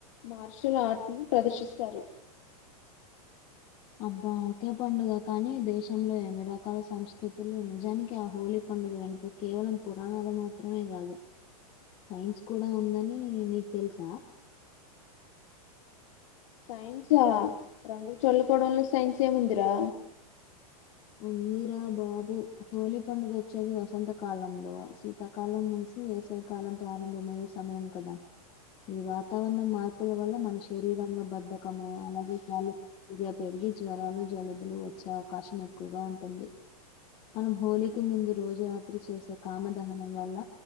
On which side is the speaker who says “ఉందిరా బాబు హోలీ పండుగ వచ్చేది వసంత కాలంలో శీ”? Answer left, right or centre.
Left